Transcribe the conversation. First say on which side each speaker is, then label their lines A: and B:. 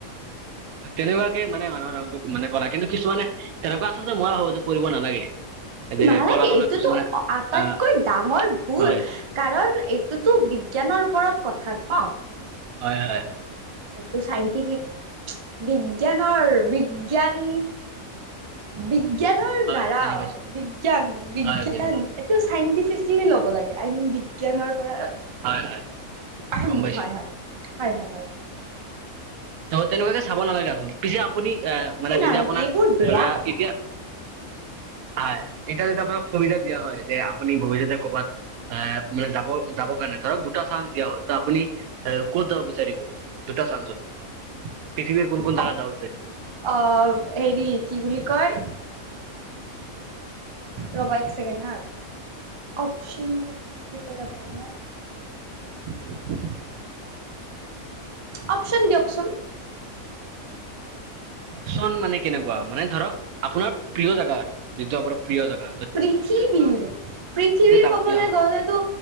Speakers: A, on the right; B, on the right.
A: তেনেকুৱাকে মানে মানুহৰ ৰংটো মানে কৰা কিন্তু কিছুমানে তেনেকুৱা আচলতে মই ভাবো যে কৰিব নালাগে। যে
B: নালাগে
A: কলা মানুহ
B: এইটোতো
A: কিছুমানে
B: আটাইতকৈ
A: আহ
B: ডাঙৰ ভুল।
A: হয়
B: কাৰণ এইটোতো বিজ্ঞানৰ ওপৰত কথা। ন
A: হয়, হয়।
B: এইটো চাইণ্টিফিক বিজ্ঞানৰ বিজ্ঞান বিজ্ঞানৰ
A: হয়
B: দ্বাৰা
A: বুজি পাইছো
B: বিজ্ঞান বিজ্ঞান
A: হয় বুজি পাইছো
B: এইটো চাইণ্টিফিকেলি ল'ব লাগে আই মিন বিজ্ঞানৰ পৰা
A: হয় হয়
B: হয়
A: গম পাইছো
B: হয় হয় হয়।
A: ত' তেনেুৱাকে চাব নালাগে আৰু পিছে আপুনি আহ মানে
B: নালাগে
A: যদি আপোনাক
B: এইবোৰ
A: এ
B: বেয়া কথা
A: এতিয়া হয়, এতিয়া যদি আপোনাক সুবিধা দিয়া হয় যে আপুনি ভৱিষ্যতে ক'ৰবাত এ মানে যাব যাব কাৰণে ধৰক দুটা চানচ দিয়া হ'ল তো আপুনি এ ক'ত যাব বিচাৰিব? দুটা চানচত পৃথিৱীৰ কোন কোন
B: অ
A: জাগা যাব বিচাৰিব?
B: অ', হেৰি কি বুলি কয়। ৰ'বা এক ছেকেণ্ড হা। অপশ্যনটো কি বুলি কয় আপোনাৰ।
A: <inaudible>
B: অপশ্বন দিয়কছোন।
A: কিছুমান মানে কেনেকুৱা, মানে ধৰক আপোনাৰ প্ৰিয় জাগা আৰু যিটো আপোনাৰ প্ৰিয় জাগা।
B: পৃথিৱীৰ, পৃথিৱীৰ
A: যাব
B: কবলৈ
A: দিয়া হয়
B: গ'লেতো